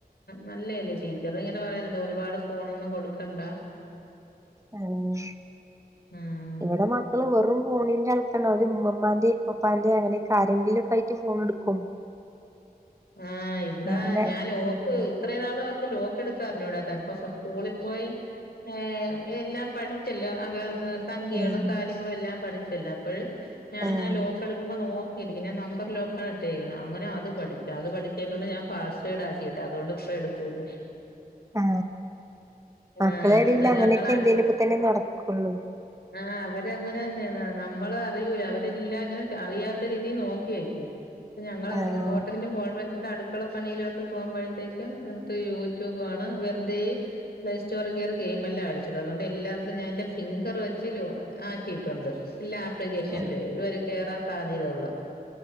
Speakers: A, on the left; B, on the right.
A: നല്ലേല്ലേ ടീച്ചറി ഇങ്ങനെ പറയുന്നുണ്ട് ഒരുപാട് ഫോണൊന്നും കൊടുക്കണ്ട.
B: ഉം
A: ഉം
B: ഇങ്ങളടെ മാ. മക്കള് വെറും ഫണിന്റെ ആൾക്കാരാണ് അത് ഉമ്മമാന്റെ ഇപ്പപ്പാന്റെ അങ്ങനെ ആരെ ങ്കിലുംഒക്കെ ആയിട്ട് ഫോൺ എടുക്കും.
A: ആഹ് ഇവിടാ
B: അങ്ങനെ
A: ഞാൻ ലോഓക്ക്.
B: ആഹ്
A: ഇത്രയും നാള് അവർക്ക് ലോക്ക് എടുക്കാറിഞ്ഞൂടാതെപ്പ സ്കൂളിൽ പോയി. ഏഹ എല്ലാം പഠിച്ചല്ലോ. സംഖ്യകളും
B: ആഹ്
A: കാര്യങ്ങളും എല്ലാം പഠിച്ചല്ലോ അപഴ് ഞാങ്ങനെ
B: ആഹ്
A: ലോക്ക എടുക്കുമ്പോ നോ ഇിരിക്കും ഞാൻ നമ്പർ ലോക്കാണ് ഇട്ടേക്ണെ അങ്ങനെ അത് പഠി പ അത് പഠിച്ചേ കൊണ്ട് ഞാൻപാ സ്വേഡ് ആക്കിയിട്ടാഅതുകൊണ്ട് ഇപ്പ എടുകൂല.
B: ആ മക്കളെ
A: ആഹ്
B: ഇടല്
A: എന്നാൽ
B: അങ്ങനെയൊക്കെ
A: ഞങ്ങള
B: എന്തേലുമൊക്കെ തന്നെ നടക്കുള്ളൂ.
A: ആഹ അവരങ്ങനെ തന്നെയാ നമ്മള് അറിയൂല അവരെല്ലാം അങ്ങനെ അറിയാത്ത രീതിയിൽ നോക്കി വയ്കും. ഇ ഞങ്ങെളെ
B: ആഹ്
A: ഇങ്ങോ ൻ വെച്ചിട്ട് അടുക്കള പണിയിലോട്ട് പോകുമ്പോഴത്തേക്കും എൻക് യൂട്യൂബ് വേണംവെറുതെ. പ്ലേ സ്റ്റോർ കയറി ഗെയിം എല്ലാം അടിച്ചിട്ടും അതുകൊണ്ട് എല്ലാത്തിലും ഞാ എൻന്റെ ഫിംഗർ വെച്ചും ആക്കിയിട്ടുണ്ട്. ഇല്ല ആപ്ലിക്കേഷനൽേ
B: ആഹ്
A: ഇവരെ കേയറാൻ സാധ്യതള്ള